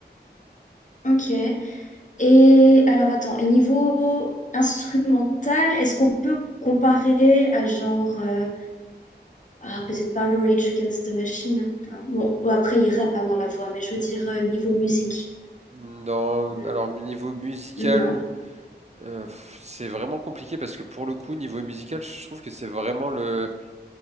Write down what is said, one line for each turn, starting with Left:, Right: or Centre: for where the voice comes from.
Left: Ok. Et alors, attends. Et niveau instrumental, est-ce qu'on peut comparer à genre. euh, Ah, peut-être pas Rage Against the Machine. hein. Bon, après, il rappe hein, dans la voix, mais je veux dire euh, niveau musique.
Right: Non,
Left: Hmm.
Right: alors niveau musical.
Left: Non.
Right: Euh, pff, c'est vraiment compliqué parce que pour le coup, niveau musical, je trouve que c'est vraiment le.